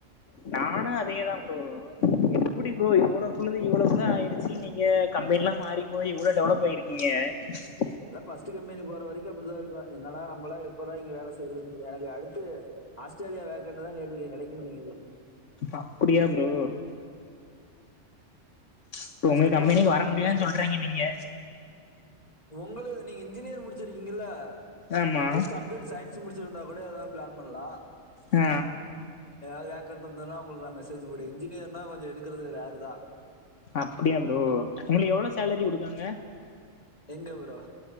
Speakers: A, on the left; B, on the left.
A: நானு அதேதா ப்ரோ எப்புடி ப்ரோ இவ்ளோவுக்குள்ளது இவ்ளோகுள்ள ஆயிருச்சி நீங்க கம்பேன்லா மாறி போயி இவ்ளோ டெவலப் ஆயிருக்கீங்க அ
B: அதலா ஃபஸ்ட்டு கம்பெனி போற வரைக்கு அப்டிதா இருக்கு என்னடா நம்மளா எப்பதா இங்க வேல செய்றதுன்ருகு எனக்கு அடுத்து ஆஸ்ட்ரேலியா வேக்கண்டுதா கேட்ருக்கே கெடைக்க மாட்டேங்கிது
A: அப்புடியா ப்ரோ இப்ப
B: ஃபஸ்ட்டு
A: உங்க கம்பெனிக்கு
B: போறது மட்டுந்தா
A: வர முடியாதுன்னு
B: கஷ்ட
A: சொல்றீங்க நீங்க
B: ஒங்கள நீங்க இன்ஜினியர் முடிச்சிருக்கீங்கில்ல
A: ஆமா
B: அட்லீஸ்ட் கம்ப்யூட்டர் சயின்ஸ் முடிச்சிருந்தா கூ ட எதா பிளான் பண்லா
A: ஆ
B: ஏதாவது வேக்கண்ட் இருந்ததுனா உங்ளுக்கு நா மெஸ் சேஜூ போட இன்ஜினியர்னா கொஞ்ச எடுக்கிறது ரேருதா
A: அப்டியா ப்ரோ உங்ளுக்கு எவ்ள சேலரி குடுக்காங்க
B: எங்க ப்ரோ